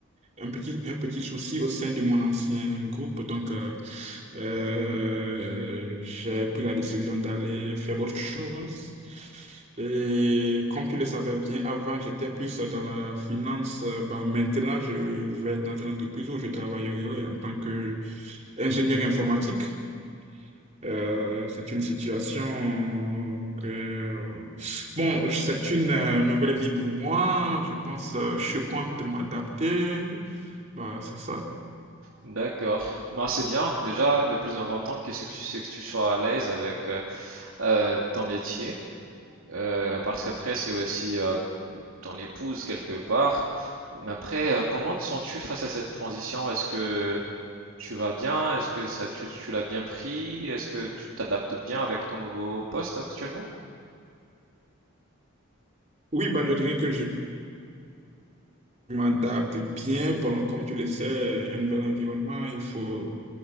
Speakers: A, on the right; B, on the right.
A: un petit, un petit souci au sein de mon ancien groupe, donc euh, euh, j'ai pris la décision d'aller faire autre chose. Et comme tu le savais bien, avant j'étais plus dans la finance, Euh, bah, maintenant je vais dans une entreprise où je travaillerai en tant qu'ingénieur informatique. Euh, c'est une situation que... Bon, c'est une euh, nouvelle vie pour moi. Je pense euh, je compte m'adapter. Bah, c'est ça.
B: D'accord. Ben, c'est bien. Déjà, le plus important, qu'est-ce que c'est que tu sois à l'aise avec euh, euh, ton métier, euh, parce qu'après, c'est aussi euh, ton épouse quelque part. Mais après, euh, comment te sens-tu face à cette transition? Est-ce que tu vas bien? Est-ce que ça, tu, tu l'as bien pris? Est-ce que tu t'adaptes bien avec ton nouveau poste actuellement?
A: Oui, bah, je dirais que je... Je m'adapte bien. Bon, comme tu le sais, un nouvel environnement, il faut,